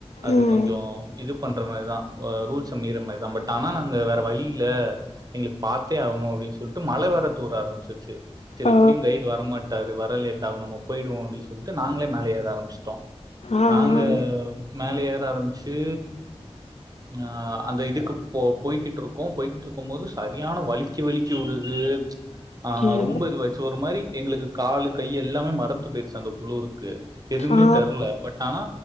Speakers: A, on the right (about 35°); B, on the left (about 85°).
A: அது
B: ம்
A: கொஞ்சோ இது பண்ற மாரிதா ஆ ரூல்ச மீர்ற மாரிதா பட் ஆனா நாங்க வேற வழியில்ல எங்களுக் பாத்தே ஆகணு அப்டின் சொல்ட்டு மழ வேர தூற ஆரம்பிச்சிருச்சு செரி
B: ஆ
A: எப்புனியு கைடு வர மாட்டாரு வர லேட் ஆகு நம்ம போய்டுவோ அப்டி சொல்ட்டு நாங்களே மேல ஏற ஆரம்பச்ட்டோ
B: ஆ
A: நாங்க
B: ஆ
A: மேலே ஏற ஆரம்பிச்சு ஆ அந்த இதுக்கு போ போய்கிட் இருக் க்கோ போய்கிட்ருக்கும் போது சரியான வலிக்கு வலிக்கி வுடுது ஆ
B: ஐயோ
A: ரொம்ப இது வாச்சு ஒரு மாரி எங்களுக்கு காலு கை எல்லாமே மறத்து போயிட்ச்சு அந்த குளுருக்கு எதுவுமே
B: ஆ
A: தெர்ல பட் ஆனா